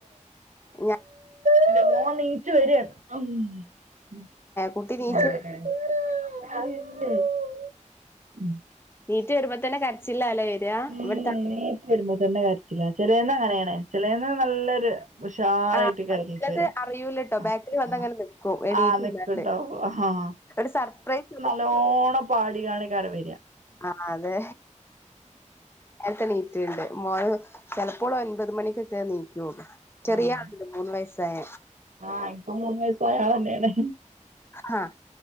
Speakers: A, on the left (about 20°); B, on the right (about 75°).
A: ഞാൻ
B: ഇന്റെമോൻ നീച്ച വരാണ് അം ഉം
A: കുട്ടി
B: <unintelligible>
A: നീച്ച്
B: ഉം
A: നീറ്റ് വരുമ്പോ തന്നെ കരച്ചില്ല ല്ലേ വര
B: ഉം
A: ഇവിട്ത്ത.
B: വരുമ്പോ തന്നെ കാര്യത്തില്ല ചിലന്ന് അങ്ങനെയാണ് ചിലന്ന് നല്ലൊരു ഉഷാറായിട്ട്
A: ആ
B: കരുഞ്ഞീച്ച
A: ചിലത്
B: വരാ
A: അറിയൂലട്ടോ
B: ആഹ്
A: ബാക്കിൽ വന്നങ്ങനെ
B: ആഹ്
A: നിക്കും എണീറ്റില്ലാണ്ട്
B: ആഹ് നിക്ക്ട്ടോ ആഹ്
A: ഒരു സർപ്രൈസ്
B: ല്ലോണം പാടി കാണിക്കാര വര
A: ആഹ് അതെ നേരത്തെ നീറ്റിണ്ട് മോൾ ചെലപ്പോളും എൻപത് മണിക്കൊക്കെ നീക്കുള്ളൂ ചെറിയണ്ട്
B: ആഹ്
A: മൂന്ന് വയസ്സായ
B: ആഹ് ഇൻക്കും മൂന്ന് വയസ ആയ ആൾ ന്നെണ്
A: ആഹ്